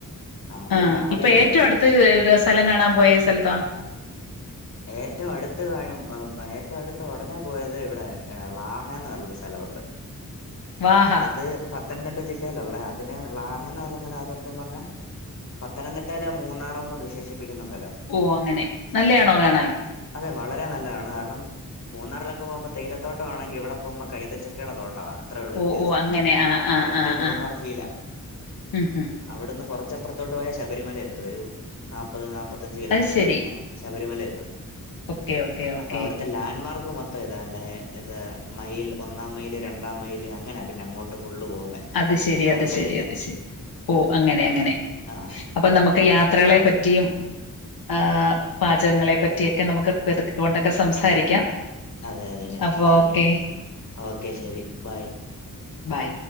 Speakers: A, on the left; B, on the left.
A: നമുക്കൊരു
B: ആഹ
A: മെമ്മറി
B: ഇപ്പൊ
A: അല്ലേ
B: ഏറ്റവും
A: അത്
B: അടുത്ത് സ്ഥലം കാണാൻ പോയ സ്ഥലത്താ
A: ഏറ്റവും അടുത്ത് ഏറ്റവും അടുത്ത് ഉടനെ പോയത് ഇവിടെ ലാഹന്ന് പറഞ്ഞൊരു സ്ഥലമുണ്ട്
B: വാഹാ
A: അത് പത്ത് പത്തനംതിട്ട ജില്ലയിലുള്ള അതിനെ ലാഹ എന്ന് പറഞ്ഞ സ്ഥലം അത് സത്യം പറഞ്ഞ പത്തനംതിട്ടയിലെ മൂന്നാർ എന്ന് വിശേഷിപ്പിക്കുന്ന സ്ഥലവ
B: ഓ അങ്ങനെ നല്ലയാണോ കാണാൻ
A: അതെ വളരെ നല്ലതാണ് കാരണം മൂന്നാറിലൊക്കെ പോകുമ്പ തേയിലത്താട്ടമാണെങ്കിൽ ഇവിടെ പോകുമ്പോ കൈതച്ചക്കയുടെ തോട്ടവാ അത്രേള്ളൂ
B: ഓ
A: വിത്യാസം
B: ഓ അങ്ങനെ ആ ആ
A: കറക്റ്റ്
B: ആ
A: മൂന്നാർ
B: ആ
A: ഫീല്
B: ഉം ഉം
A: അവിടുന്ന് കുറച്ച് കുറച്ച് അപ്പുറത്തോട്ട് പോയാൽ ശബരിമല എത്തുംഒരു നാപ്പത് മുപ്പത്തഞ്ച് കിലോമീറ്റർ
B: അത് ശരി
A: കഴിഞ്ഞ ശബരിമല ശബരിമലയഎത്തും
B: ഓക്കെ ഓക്കെ ഓക്കേ
A: അവിടുത്തെ ലാൻഡ് മാർക്ക് മൊത്തം ഇതാ അല്ലേ മൈൽ ഒന്നാം മൈൽ രണ്ടാം മൈൽ അങ്ങനാ പിന്നെ അങ്ങോട്ട് ഫുള്ള് പോകുന്നേ
B: അത് ശരി
A: സ്ഥലപ്പേരില്ല
B: അത് ശരി അത് ശരി ഓ അങ്ങനെ അങ്ങനെ
A: ആഹ്
B: അപ്പൊ നമുക്ക് യാത്ര യാത്രയെ പറ്റിയും ആ പാചകങ്ങളെ പറ്റിയൊക്കെ നമുക്ക് പതുക്ക ഒക്കെ സംസാരിക്കാം
A: അതെ അതെ ഇനി
B: അപ്പൊ
A: സംസാരിക്ക
B: ഓക്കെ
A: ഓക്കെ ശെരി ബൈ
B: ബൈ